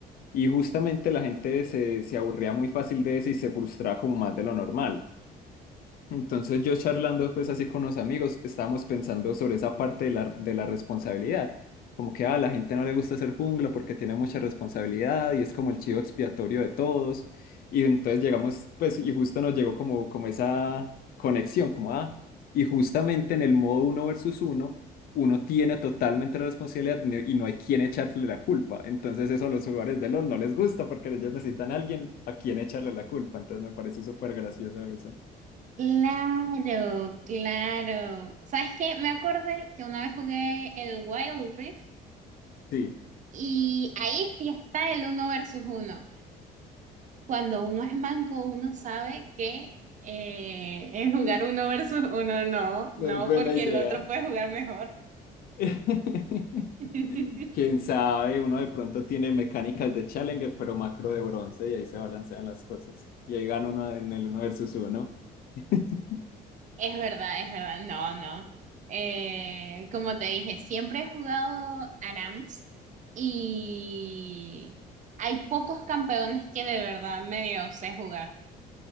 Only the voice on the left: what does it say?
Y justamente la gente se, se aburría muy fácil de eso y se frustraba como más de lo normal. Entonces yo charlando pues así con unos amigos, estábamos pensando sobre esa parte de la, de la responsabilidad, como que a la gente no le gusta ser jungla porque tiene mucha responsabilidad y es como el chivo expiatorio de todos. Y entonces llegamos pues y justo nos llegó como, como esa conexión, como ah, y justamente en el modo uno versus uno, uno tiene totalmente la responsabilidad ni- y no hay quien echarle la culpa. Entonces eso a los jugadores de LoL no les gusta porque ellos necesitan a alguien a quien echarle la culpa. Entonces me parece súper gracioso eso.
Sí.
No
es buena
idea.
<laughs>
Quién sabe, uno de pronto tiene mecánicas de Challenger, pero macro de bronce, y ahí se balancean las cosas. Y ahí gana uno en el uno versus uno. <laughs>